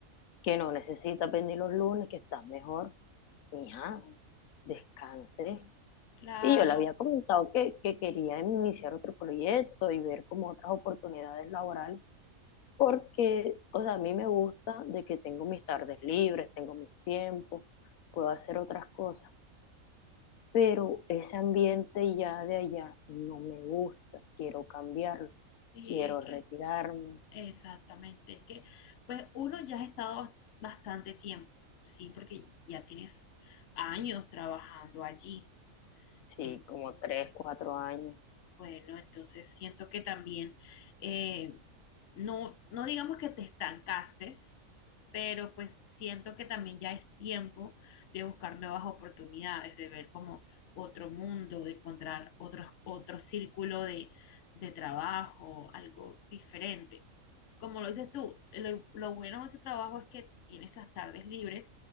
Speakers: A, on the left (about 80°); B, on the left (about 65°).
A: que no necesitas venir los lunes, que estás mejor, mija, descanse.
B: Claro,
A: Y yo le había comentado que, que quería iniciar otro proyecto y ver como otras oportunidades laborales Porque, o sea, a mí me gusta de que tengo mis tardes libres, tengo mis tiempos, puedo hacer otras cosas, pero ese ambiente ya de allá no me gusta, quiero cambiarlo,
B: sí,
A: quiero
B: es que,
A: retirarme,
B: exactamente, es que, pues uno ya ha estado bastante tiempo, sí, porque ya tienes años trabajando allí.
A: sí,
B: En-
A: como tres, cuatro años.
B: bueno, entonces siento que también, eh, no, no digamos que te estancaste, pero pues siento que también ya es tiempo de buscar nuevas oportunidades, de ver como otro mundo, de encontrar otro, otro círculo de, de trabajo, algo diferente como lo dices tú, lo, lo bueno de ese trabajo es que tienes las tardes libres